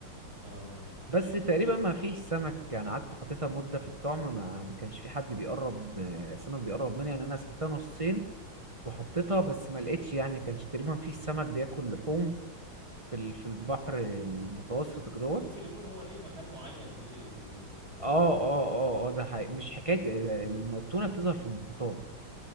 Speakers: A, on the right; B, on the right.
A: اه
B: بس تقريبا ما فيش سمك يعني قعدت حطيتها مدة في الطعم ما, ما كانش في حد بيقرب سمك بيقرب مني يعني أنا قسمتها نصين وحطيتها
A: ايوه
B: بس ما لقيتش يعني كانش تقريبا في سمك بياكل لحوم في ال- في البحر المتوسط وكدهوت
A: فممكن يكون هو ليه مكان معين بي... بي... بيظهر
B: اه اه
A: فيه
B: اه اه ده حقيقي. مش حكاية الم- التونة بتظهر في المحيطات